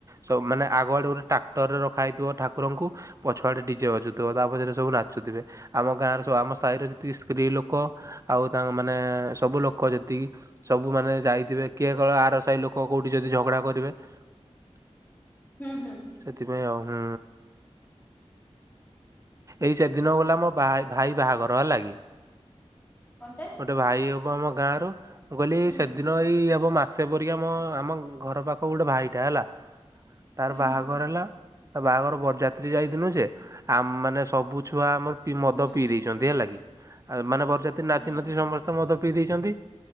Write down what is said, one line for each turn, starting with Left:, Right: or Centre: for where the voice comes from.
Right: ସବୁମାନେ ଆଗୁଆଡ଼େ ଗୋଟେ ଟ୍ରାକ୍ଟରରେ ରଖା ହେଇଥିବ ଠାକୁରଙ୍କୁ ପଛୁଆଡେ ଡିଜେ ବାଜୁଥିବ ତା ପଛରେ ସବୁ ନାଚୁଥିବେ। ଆମ ଗାଁର ସ ଆମ ସାହି ଯେତିକି ସ୍ତ୍ରୀ ଲୋକ ଆଉ ତାଙ୍କ ମାନେ ସବୁ ଲୋକ ଯେତିକି ସବୁ ମାନେ ଯାଇଥିବେ କିଏ କଳ ଆର ସାହି ଲୋକ କୋଉଠି ଯଦି ଝଗଡା କରିବେ <unintelligible>
Left: ହୁଁ ହୁଁ।
Right: ସେଥିପାଇଁ ଆଉ ହୁଁ। ଏଇ ସେଦିନ ଗଲା ମୋ ଭା ଭାଇ ବାହାଘର ହେଲା କି?
Left: କଣ ଟେ।
Right: ଗୋଟେ ଭାଇ ହବ ଆମ ଗାଁରୁ ମୁଁ କହିଲି
Left: ହୁଁ
Right: ସେଦିନ ଏଇ ହବ ମାସେ ପରିକି ଆମ ଆମ ଘର ପାଖ ଗୋଟେ ଭାଇଟା ହେଲା ତାର
Left: ହୁଁ
Right: ବାହାଘର
Left: ହୁଁ
Right: ହେଲା ତା ବାହାଘର ବରଯାତ୍ରୀ ଯାଇ <unintelligible> ଯେ ଆ ମାନେ ସବୁ ଛୁଆ ଆମର ମଦ
Left: ହୁଁ
Right: ପିଇ ଦେଇଛନ୍ତି ହେଲା କିି, ଆ ମାନେ ନାଚି
Left: ହୁଁ
Right: ନାଚି ସମସ୍ତେ ମଦ ପିଇ ଦେଇଛନ୍ତି,